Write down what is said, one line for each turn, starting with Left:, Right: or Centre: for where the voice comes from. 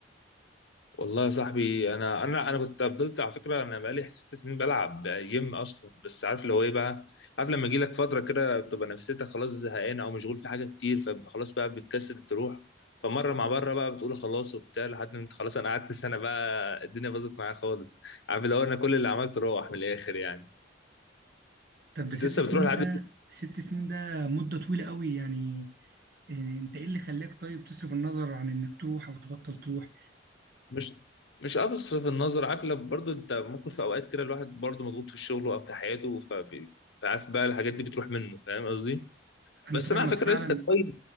Left: والله يا صاحبي انا انا انا كنت فضلت على فكره انا بقالي ست سنين بلعب جيم اصلا بس عارف اللي هو ايه بقى عارف لما يجي لك فتره كده بتبقى نفسيتك خلاص زهقان او مشغول في حاجه كتير فخلاص بقى بتكسل تروح فمره مع بره بقى بتقول خلاص وبتاع لحد ما انت خلاص انا قعدت سنه بقى الدنيا باظت معايا خالص عارف اللي هو انا كل اللي عملته روح من الاخر يعني
Right: طب ده
Left: انت
Right: ست
Left: لسه
Right: سنين
Left: بتروح لحد
Right: ده ست سنين ده مده طويله قوي يعني إيه، انت ايه اللي خلاك طيب تصرف النظر عن انك تروح او تبطل تروح
Left: مش مش قافص في النظر عارف لو برضه انت ممكن في اوقات كده الواحد برضه مضغوط في شغله او في حياته فبي... فعارف بقى الحاجات دي بتروح منه فاهم قصدي
Right: انا
Left: بس
Right: فاهمك
Left: انا على فكره
Right: فعلا
Left: لسه كويس